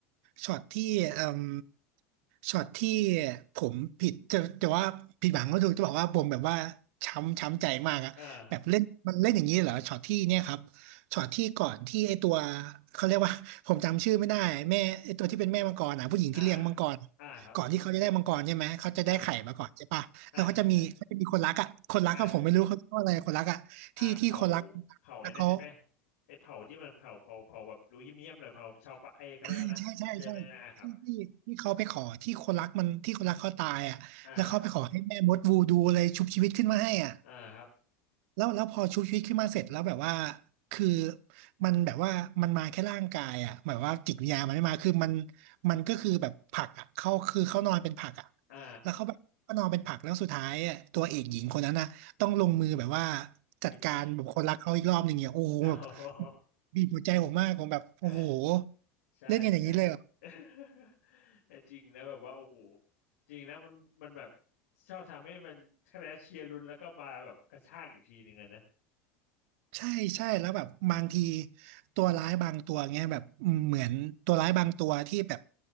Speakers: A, on the right; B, on the left.
A: ช็อตที่เอ่มช็อตที่ผมผิดจะจะว่าผิดหวังก็ถูกจะบอกว่าผมแบบว่าช้ำช้ำใจมากอะแบบเล่นมันเล่นอย่างนี้เหรอช็อตที่เนี่ยครับ
B: อ่าครับ
A: ช็อตที่ก่อนที่ไอตัวเขาเรียกว่า <laughs> ผมจำชื่อไม่ได้แม่ไอตัวที่เป็นแม่มังกรอ่ะผู้หญิงที่เลี้ยงมังกร
B: อ่าอ่าครับ
A: ก่อนที่เขาจะได้มังกรใช่ไหมเขาจะได้ไข่มาก่อนใช่ปะแล้วเขาจะมีเขาจะมีคนรักอ่ะคนรักก็ผมไม่รู้เขาเรียกว่าอะไรคนรักอ่ะที่ที่คนรัก
B: อ่าครับอ่าใช่ใช่อ่าใช่อ่าเผาเผาไอ้นั่นใช่ไหม
A: แล้วเขา
B: ไอ้เผาที่มันเผาเผาเผาแบบดูเยี่ยมๆหน่อยเผาชาวปะไอ้เขาเรียกว่านะใช่ไหมอ่าครับ
A: อ่าใช่ใช่ใช่ที่ที่ที่เขาไปขอที่คนรักมันที่คนรักเขาตายอ่ะแล้วเขาไปขอให้แม่มดวูดูอะไรชุบชีวิตขึ้นมาให้อ่ะ
B: อ่าครับอ่าครับ
A: แล้วแล้วพอชุบชีวิตขึ้นมาเสร็จแล้วแบบว่าคือมันแบบว่ามันมาแค่ร่างกายอ่ะหมายว่าจิตวิญญาณมันไม่มาคือมันมันก็คือแบบผักอ่ะเขาคือเขานอนเป็นผักอ่ะ
B: อ่า
A: แล้วเขาแบบก็นอนเป็นผักแล้วสุดท้ายอ่ะตัวเอกหญิงคนนั้นอ่ะต้องลงมือแบบว่าจัดการแบบคนรักเขาอีกรอบหนึ่งเนี่ยโอ้โหแบบ
B: ไปชีพ <laughs> อ๋อ
A: บีบหัวใจผมมากผมแบบโอ้โห
B: อ่า ใช่ใช่
A: เล่นกันอย่างนี้เลยเหรอ
B: <laughs> แต่จริงนะแบบว่าโอ้โหจริงนะมันมันแบบชอบทำให้มันคะแนนเชียร์ลุ้นแล้วก็มาแบบกระชากอีกทีหนึ่งอะนะ
A: ใช่ใช่แล้วแบบบางทีตัวร้ายบางตัวเงี้ยแบบอืมเหมือนตัวร้ายบางตัวที่แบบ